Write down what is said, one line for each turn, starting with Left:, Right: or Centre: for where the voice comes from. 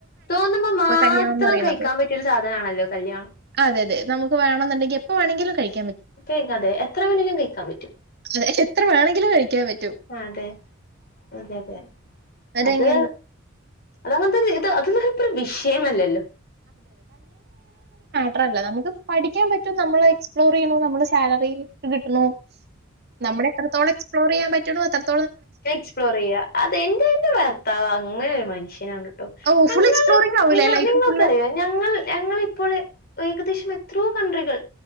Left: തോന്നുമ്പ മാത്രം
Right: കല്യാണം എന്ന് പറയുന്നത്
Left: കയിക്കാൻ പറ്റിയ ഒരു സാദനം ആണല്ലോ കല്യാണം
Right: അതെ അതെ നമുക്ക് വേണോന്നുണ്ടെങ്കി എപ്പ വേണെങ്കിലും കയിക്ക്
Left: ക്കെ യ്ക്കതെ എത്ര വേണേലും കയിക്കാൻ പറ്റും
Right: അതെ എത്ര വേണങ്കിലും കഴിക്കാൻ പറ്റ്
Left: അതെ അതെ അതെ
Right: അതെങ്ങനെ
Left: അത് അതങ്ങനെ തന്നെ ഇത് അതൊന്നും ഇപ്പൊരു വിഷയം അല്ലല്ലോ
Right: ട്രല്ല നമുക്ക് പഠിക്കാൻ പറ്റും നമ്മള് എക്സ്പ്ലോർ ചെയ്യണു നമ്മടെ സാലറി ക്ക് കിട്ടണു നമ്മള് എത്രത്തോളം എക്സ്പ്ലോർ ചെയ്യാൻ പറ്റ് റ്റ് ണു ഒത്താനെ
Left: തെ എക്സ്പ്ലോർ ചെയ്യാ അത് എന്റെ എന്റെ ഭർത്താവാ അങ്ങനെ ഒരു മനി ഷ്യനാണ് ഓഹ്
Right: ഓ
Left: ഞങ്ങള്
Right: ഫുൾ എക്സ്പ്ലോറിംഗ് ആവൂലേ
Left: നിങ്ങ
Right: ലൈഫ്
Left: നിങ്ങൾക്
Right: ഫുള്ള്
Left: അറിയോ ഞങ്ങൾ ഞങ്ങളിപ്പോള് വേഗ അത്യാവശ്യം എത്രയോ കൺട്രികൾ